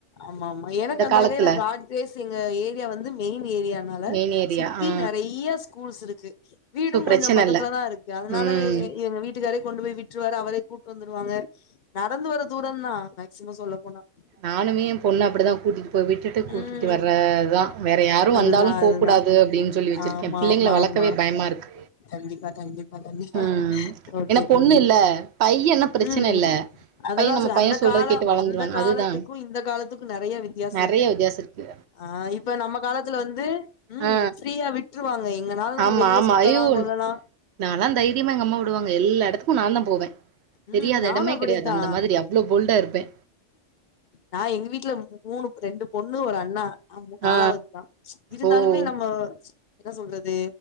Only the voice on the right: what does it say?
இந்த
காலத்துல
மெயின் ஏரியா
ஆ
சோ பிரச்சன
இல்ல
ம்
நானுமே
எ பொண்ண அப்டிதா கூட்டிட்டு போய் விட்டுட்டு கூட்டிகிட்டு
வரது தா வேற யாரும்
வந்தாலு போகக்கூடாது
அப்டின்னு சொல்லி வச்சிருக்க
எ பிள்ளைங்கள
வளக்கவே
பயமாக இருக்கு
ம்
ஏன்னா
பொண்ணு இல்ல பையன்னா பிரச்சன
இல்ல
பைய நம்ம
பைய
சொல்றத
கேட்டு வளந்துருவான்
அதுதா
நெறைய வித்தியாச இருக்கு
ஆ
ஆமா
ஆமா
ஐயோ
நாலா தைரியமா எங்க அம்மா விடுவாங்க எல்ல இடத்துக்கும் நா தா போவே
தெரியாத
இடமே
கிடையாது அந்த மாரி அவ்ளேவு போல்டா இருப்பே
ஆ
ஓ